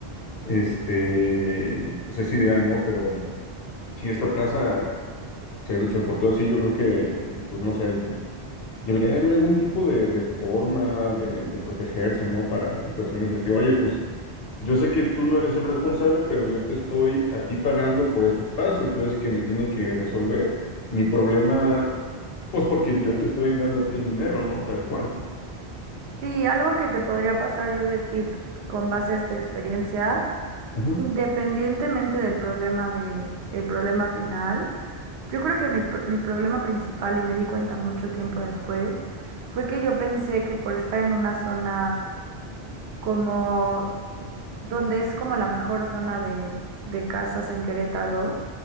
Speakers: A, on the left (about 65°); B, on the right (about 80°).
A: este, pues es ideal, ¿no? Pero si esta plaza se, se portó así, yo creo que, pues no sé, debería de haber algún tipo de, de forma de, de protegerse, ¿no? Para situaciones así. Oye, pues yo sé que tú no eres el responsable, pero yo te estoy a ti pagando por este espacio. Tú eres el que me tiene que resolver mi problema, pues porque yo te estoy dando a ti el dinero, ¿no? Tal cual.
B: Sí, algo que te podría pasar yo de tip con base a esta experiencia.
A: Ajá,
B: Independientemente del problema de, el problema final, yo creo que mi, pr- mi problema principal, y me di cuenta mucho tiempo después, fue que yo pensé que por estar en una zona como, donde es como la mejor zona de, de casas en Querétaro,